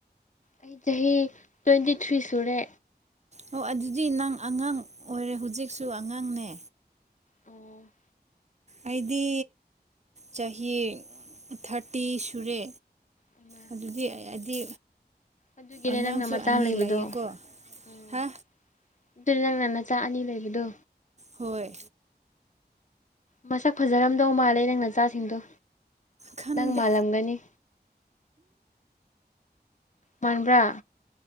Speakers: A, on the left; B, on the right.
A: ꯑꯩ ꯆꯍꯤ ꯇ꯭ꯋꯦꯟꯇꯤ ꯊ꯭ꯔꯤ ꯁꯨꯔꯦ
B: ꯑꯣ ꯑꯗꯨꯗꯤ ꯅꯪ ꯑꯉꯥꯡ ꯑꯣꯏꯔꯦ ꯍꯧꯖꯤꯛꯁꯨ ꯑꯉꯥꯡꯅꯦ
A: ꯎꯝ
B: ꯑꯩꯗꯤ ꯆꯍꯤ ꯊꯥꯔꯇꯤ ꯁꯨꯔꯦ
A: ꯑꯃ
B: ꯑꯗꯨꯗꯤ ꯑꯩꯗꯤ
A: ꯑꯗꯨꯒꯤꯅꯦ
B: ꯑꯉꯥꯡꯁꯨ
A: ꯅꯪꯅ ꯃꯆꯥ
B: ꯑꯅꯤ
A: ꯂꯩꯕꯗꯣ
B: ꯂꯩꯌꯦꯀꯣ
A: ꯎꯝ
B: ꯍꯥ
A: ꯑꯗꯨꯗꯤ ꯅꯪꯅ ꯅꯆꯥ ꯑꯅꯤ ꯂꯩꯕꯗꯣ
B: ꯍꯣꯏ
A: ꯃꯁꯛ ꯐꯖꯔꯝꯗꯧ ꯃꯥꯜꯂꯦ ꯅꯪ ꯅꯆꯥꯁꯤꯡꯗꯣ
B: ꯈꯟꯗꯦ
A: ꯅꯪ ꯃꯥꯜꯂꯝꯒꯅꯤ ꯃꯥꯟꯕ꯭ꯔꯥ